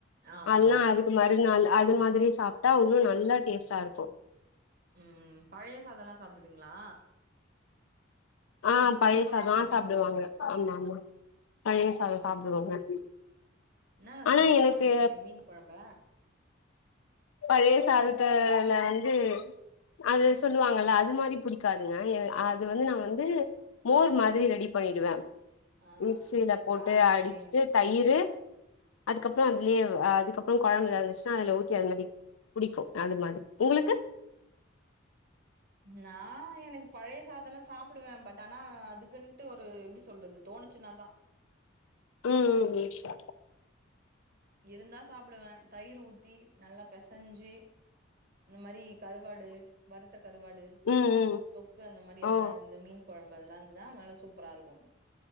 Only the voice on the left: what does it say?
அல்லாம் அதுக்கு மறுநாள் அது மாதி சாப்ட்டா உன்னு நல்லா டேஸா இருக்கு
ஆ
பழயசாதம்
சாப்டுவாங்க
ஆமா ஆமா பழைய சாதம்
சாப்டுவாங்க
ஆனா
எனக்கு
பழைய சாதத்தல வந்து அது சொல்லுவாங்கல்ல அது மாரி புடிக்காதுங்க அது வந்து நான் வந்து மோர் மாதிரி ரெடி பண்ணிடுவேன்.
மிக்சில போட்டு
அடிச்சிட்டு தயிரு அதுக்கப்பறம் அதுலயே அதுக்கப்பறம் கொழம்புல இருந்துச்சுன்னா அதுல ஊ ாடி <unintelligible> பிடிக்கும் அந்த மாரி உங்களுக்கு
உம் உம் உம்
ம் ம்
ஓ